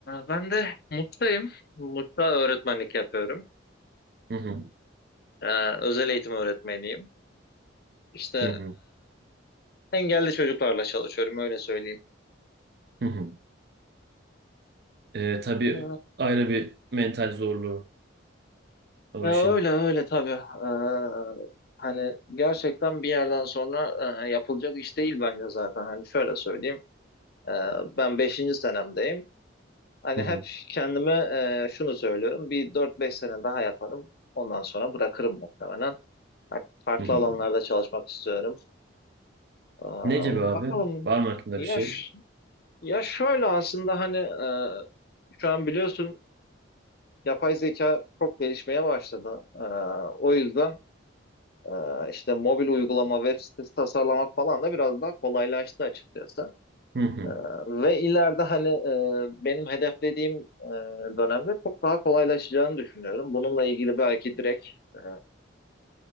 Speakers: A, on the left; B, on the right.
A: ben de Mut'tayım. Mut'ta öğretmenlik yapıyorum.
B: Hı hı,
A: E, özel eğitim öğretmeniyim. İşte
B: hı hı,
A: Engelli çocuklarla çalışıyorum öyle söyleyeyim.
B: hı hı. E, tabii
A: Ee,
B: ayrı bir mental zorluğu o
A: Ya
B: işin.
A: öyle öyle tabii. Ee, hani gerçekten bir yerden sonra e, yapılacak iş değil bence zaten. Hani şöyle söyleyeyim. Ee, ben beşinci senemdeyim. Hani
B: Hı hı,
A: hep kendime e, şunu söylüyorum. Bir dört beş sene daha yaparım. Ondan sonra bırakırım muhtemelen. Artık Farklı
B: hı hı.
A: alanlarda çalışmak istiyorum. Ee,
B: Ne gibi abi?
A: bakalım.
B: Var mı aklında
A: Ya,
B: bir şey?
A: ş- ya şöyle aslında hani e, şu an biliyorsun yapay zeka çok gelişmeye başladı. Ee, o yüzden e, işte mobil uygulama, web sitesi tasarlamak falan da biraz daha kolaylaştı açıkçası.
B: Hı hı.
A: Ee, ve ileride hani e, benim hedeflediğim e, dönemde çok daha kolaylaşacağını düşünüyorum. Bununla ilgili belki direkt e,